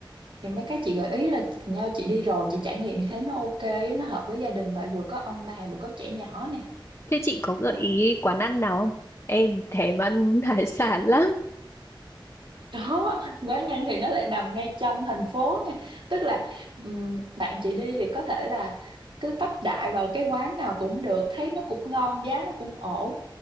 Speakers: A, on the right; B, on the left.
A: thì mấy cái chị gợi ý là nho chị đi rồi chị trải nghiệm chị thấy nó ok á, Nó hợp với gia đình mà vừa có ông bà vừa có trẻ nhỏ nè
B: Thế chị có gợi
A: đó
B: ý quán ăn nào không? Em thèm ăn <laughs> hải sản lắm.
A: đó quán ăn thì nó lại nằm ngay trong thành phố nha tức là ừm, bạn chị đi thì có thể là cứ tấp đại vào cái quán nào cũng được thấy nó cũng ngon giá nó cũng ổn